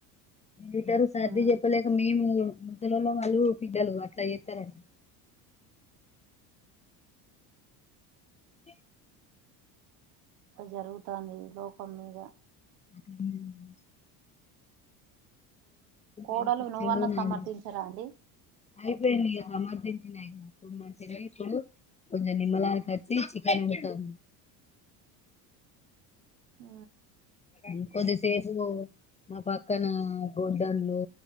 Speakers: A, on the left; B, on the right.
A: ఇద్దరు సర్ది
B: ఉమ్,
A: చెప్పలేక మేము ముసలోళ్ళ వాళ్ళు బిడ్డలు అట్ల చేత్తారని ఇ
B: ఇట్ట జరుగుతాంది లోకం మీద
A: <unintelligible>
B: కోడలు
A: ఎందుకిచ్చిండ్రో
B: నువ్వన్నా సమర్థించరా
A: ఏమో
B: అండి
A: అయిపోయిందిగ సమర్థించినయ్న పొమ్మంటినా ఇప్పుడు ఆ కొంచం నిమ్మలానికొచ్చి చికెన్ మటన్
B: ఆ
A: ఇంకొద్ది సేపు నా పక్కన గొడ్డన్లు